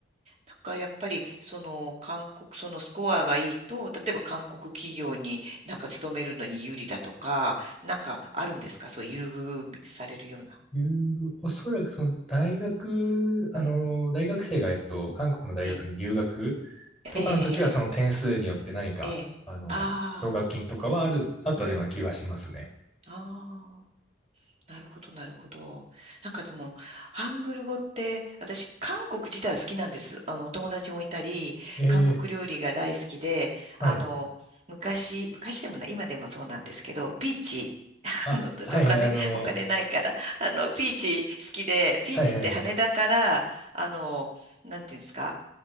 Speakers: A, on the right; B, in the centre.
A: なんかやっぱりその韓国、そのスコアがいいと、例えば韓国企業になんか勤めるのに有利だとか、なんかあるんですかそう優遇されるような。
B: 留おそらくその大学、あの、
A: うん。
B: 大学生が、えっと、韓国の大学に留学
A: ええ、
B: とかの時は、
A: ええ、
B: その点数によって何か、
A: ええ、ええ。
B: あの、
A: あ
B: 奨学金とかはある、あったような気がしますね。
A: あ、うん。ああ。なるほど、なるほど。なんかでも、ハングル語って、私、韓国自体は好きなんです。あの、お友達もいたり、
B: ええ、
A: 韓国料理が大好きで、
B: はい。
A: あの、昔、昔でもない、今でもそうなんですけど、ピーチ、<laughs>
B: あ、
A: あの、私、
B: はいはい、
A: お金、
B: あの、
A: お金ないから、あの、ピーチ好きで、ピーチって羽田から、
B: はいはい、
A: あの、なんていうんですか、